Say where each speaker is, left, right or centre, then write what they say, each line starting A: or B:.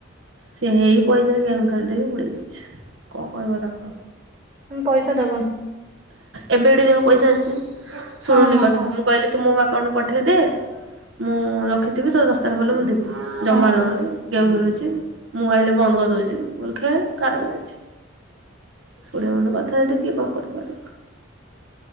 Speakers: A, on the right; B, on the right.
A: ସେ ହେଇ ପଇ ସଜରେ ରେ ଗେମ ଖେଳି ଦେଇ ଉଡେଇଦେଇଛି କଣ କହିବ ତାକୁ
B: ହୁଁ ପଇସା ଦବନି
A: ଏବେ ଏଇଠି ଦେଖ ପଇସା ଆସିଛି ଶୁଣୁନି
B: ହଁ ହଁ
A: କ
B: ହଁ।
A: ମୁଁ କହିଲି ତୁ ମୋ ଆକାଉଣ୍ଟ କୁ ପଠାଇଦେ ମୁଁ ରଖିଥିବି ତୋ ଦରକାର୍ ପଡ଼ିଲେ ମୁଁ ଦେବୀ।
B: ହଁ
A: ଜମା ଦଉନି ଗେମ୍ ଖେଳୁଛି। ମୁଁ ଆଇଲେ ବନ୍ଦ କରିଦଉଛି ମୁଁ କହିଲି ଖେଳେ କରା କଣ ଯାଇଛି। ଶୁଣବନି କଥା ଯଦି କିଏ କଣ କରିପାରିବ।